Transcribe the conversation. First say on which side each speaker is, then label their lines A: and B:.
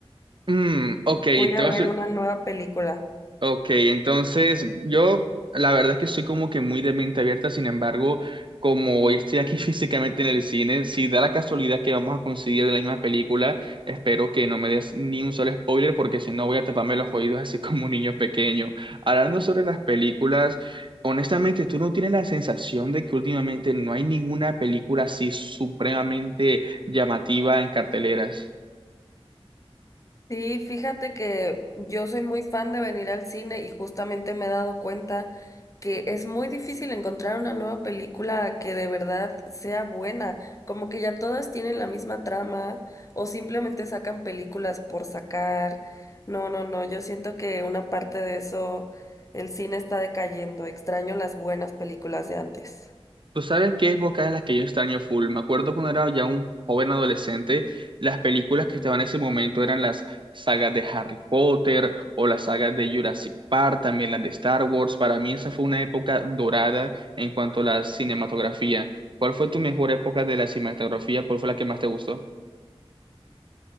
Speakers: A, on the right; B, on the left.
A: Mm, ok,
B: Voy
A: te
B: a
A: vas,
B: ver una nueva película.
A: Ok, entonces yo la verdad es que soy como que muy de mente abierta, sin embargo, como hoy estoy aquí <laughs> físicamente en el cine, si da la casualidad que vamos a coincidir de la misma película, espero que no me des ni un solo spoiler porque si no voy a taparme los oídos así <laughs> como un niño pequeño. Hablando sobre las películas, honestamente, ¿tú no tienes la sensación de que últimamente no hay ninguna película así supremamente llamativa en carteleras?
B: Sí, fíjate que yo soy muy fan de venir al cine y justamente me he dado cuenta que es muy difícil encontrar una nueva película que de verdad sea buena, como que ya todas tienen la misma trama o simplemente sacan películas por sacar. No, no, no, yo siento que una parte de eso, el cine está decayendo, extraño las buenas películas de antes.
A: Tú sabes qué épocas en las que yo extraño full. Me acuerdo cuando era ya un joven adolescente, las películas que estaban en ese momento eran las sagas de Harry Potter o las sagas de Jurassic Park, también las de Star Wars. Para mí esa fue una época dorada en cuanto a la cinematografía. ¿Cuál fue tu mejor época de la cinematografía? ¿Cuál fue la que más te gustó?